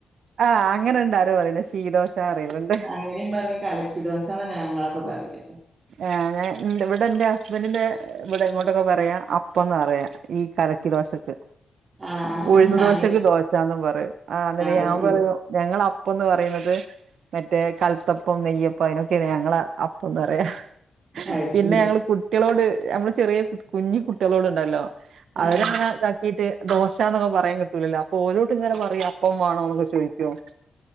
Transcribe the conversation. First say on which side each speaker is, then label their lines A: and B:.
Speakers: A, on the right; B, on the right.
A: ആഹ് അങ്ങനെ ഇണ്ടാരോ പറെയെല്. ശീദോശാ പറയിലിണ്ട്.
B: അങ്ങനെയും പറയും. കലക്കി ദോശാന്ന ഞങ്ങളൊക്കെ പറയല്.
A: ഏഹ് ഞ ഇവിടെ എന്റെ ഹസ്ബന്റിന്റെ ഇവിടെ ഇങ്ങോട്ടൊക്കെ പറയാ അപ് പ്പൊന്ന പറയാ ഈ കലക്കി ദോശക്ക്.
B: ആഹ് ആഹ്
A: ഉഴുന്ന് ദോശക്ക്
B: അങ്ങനെയും
A: ദോശാന്നും പറയും. ആഹ് അന്നേരേ
B: അത്
A: ഞാൻ
B: ശരി
A: പറയും ഞങ്ങളപ്പംന്ന് പറയുന്നത് മറ്റേ കൽത്തപ്പം നെയ്യപ്പം അയിനൊക്കെയാണ് ഞങ്ങള അപ്പംന്ന് പറയാ.
B: അത്
A: പിന്നെ
B: ശരി
A: ഞങ്ങള് കു കുട്ടിയളോട് ഞമ്മള് ചെറിയ കുഞ്ഞി കുട്ടിയളോട്ണ്ടല്ലോ അവര്ങ്ങനതാ
B: ആഹ്.
A: ഇട്ട് ദോശാന്നൊന്നും പറയാൻ കിട്ടൂലല്ലോ. അപ്പൊ ഓരോടിങ്ങനെ പറയും, അപ്പം വേണോന്നൊക്കെ ചോദിക്കും.